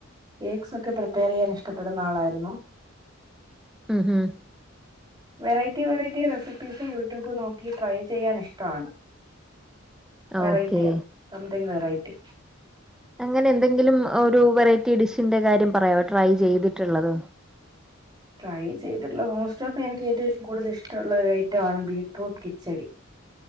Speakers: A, on the right; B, in the centre.
A: കേക്ക്സൊക്കെ പ്രിപ്പയറെയ്യാൻ ഇഷ്ടപ്പെടുന്ന ആളായിരുന്നു
B: ഉം ഉം
A: വെറൈറ്റി വെറൈറ്റി റെസിപ്പീസ് യൂട്യൂബ് നോക്കി ട്രൈ ചെയ്യാൻ ഇഷ്ടാണ് വെറൈറ്റിയാണ്
B: ഓക്കെ.
A: സംതിങ് വെറൈറ്റി
B: അങ്ങനെ എന്തെങ്കിലും ഒരു വെറൈറ്റി ഡിഷിന്റെ കാര്യം പറയോ ട്രൈ ചെയ്തിട്ടുള്ളത്
A: ട്രൈ ചെയ്തിട്ടുള്ള മോസ്റ്റ് ഓഫ് എനിക്ക് ഏറ്റവും കൂടുതൽ ഇഷ്ടള്ള ഒരു ഐറ്റാണ് ബീട്റൂട്ട് കിച്ചടി